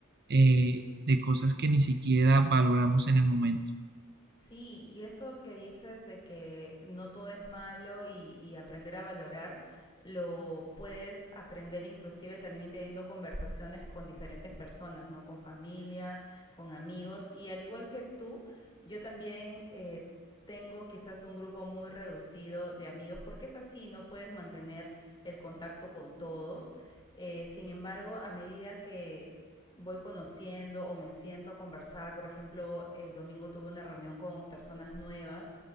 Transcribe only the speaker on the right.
eh, de cosas que ni siquiera valoramos en el momento.